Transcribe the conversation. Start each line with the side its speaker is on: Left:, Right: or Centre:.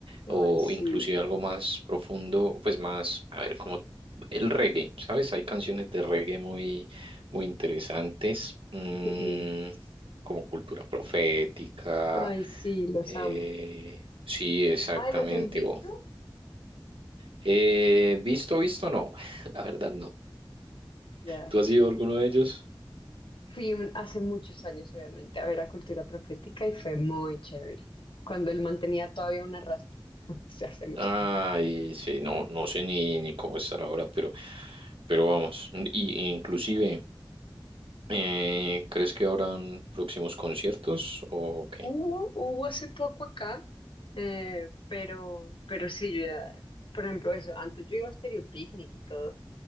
Right: o
Left: Ay, sí.
Right: inclusive algo más profundo, pues más, a ver, como el reggae, ¿sabes? Hay canciones de reggae muy, muy interesantes, mm,
Left: Ujú.
Right: como Cultura Profética,
Left: Ay, sí, los
Right: eh,
Left: amo.
Right: sí, exactamente,
Left: Ay, ¿los has visto?
Right: o eh, visto, visto, no, <laughs> la verdad no.
Left: Ya.
Right: ¿Tú has ido a alguno de ellos?
Left: Fui un- hace muchos años, obviamente, a ver a Cultura Profética y fue muy chévere. Cuando él mantenía todavía una rasta. <laughs> O sea, hace mucho
Right: Ay,
Left: tiempo.
Right: sí, no, no sé ni, ni cómo estar ahora, pero, pero vamos. Y, e inclusive, eh, ¿crees que habrán próximos conciertos o qué?
Left: Hubo, hubo hace poco acá, eh, pero, pero sí, yo ya, por ejemplo, eso, antes yo iba a Stereo Picnic y todo,